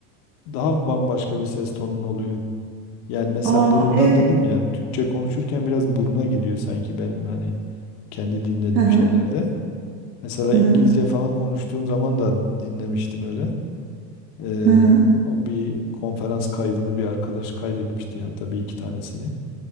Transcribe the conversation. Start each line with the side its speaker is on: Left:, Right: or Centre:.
Left: daha bambaşka bir ses tonun oluyor. Yani mesela
Right: Aa
Left: burundan
Right: evet.
Left: dedim ya. Türkçe konuşurken biraz buruna gidiyor sanki benim hani kendi dinlediğim
Right: Hı hı.
Left: şeylerde. Mesela
Right: Hı
Left: İngilizce
Right: hı.
Left: falan konuştuğum zaman da dinlemiştim öyle. Ee,
Right: Hı hı.
Left: o bir konferans kaydını bir arkadaş kaydetmişti hatta bir iki tanesini.